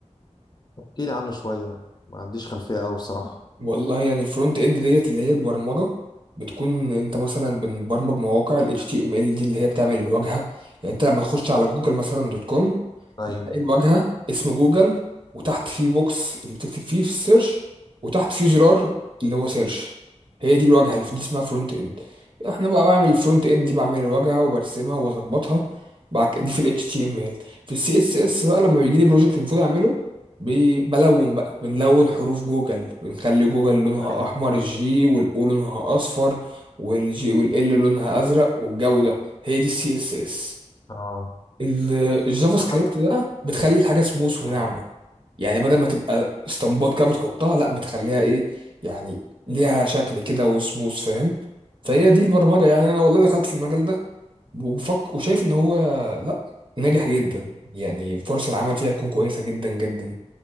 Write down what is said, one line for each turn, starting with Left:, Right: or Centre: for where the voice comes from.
Left: احكي لي عنه شويه ما عنديش خلفيه قوي بصراحه
Right: والله يعني الفرونت اند ديت اللي هي البرمجه بتكون انت مثلا بنبرمج مواقع ال HTML دي اللي هي بتعمل الواجهه يعني انت لما تخش على جوجل مثلا دوت كوم
Left: ايوه
Right: هتلاقي الواجهه اسم جوجل وتحت فيه بوكس اللي بتكتب فيه في السيرش وتحت فيه زرار اللي هو سيرش هي دي الواجهه اللي دي اسمها فرونت اند احنا بقى بعمل الفرونت اند دي بعمل الواجهه وبرسمها واظبطها بعد كده- دي في الاتش تي ام ال في السي اس اس بقى لما بيجي لي بروجكت المفروض اعمله بي- بلون بقى بنلون حروف جوجل بنخلي جوجل لونها
Left: ايوه
Right: احمر الجي والاو لونها اصفر والجي والال لونها ازرق والجو ده هي دي السي اس اس
Left: اه
Right: ال- الجافا سكريبت
Left: انا بقى
Right: ده بتخلي الحاجه سموث وناعمه
Left: اه
Right: يعني بدل ما تبقى اسطمبات كده بتحطها لا بتخليها ايه يعني ليها شكل كده وسموث فاهم فهي دي البرمجه يعني انا والله دخلت في المجال ده وبفكر وشايف ان هو لا ناجح جدا يعني فرص العمل فيها تكون كويسه جدا جدا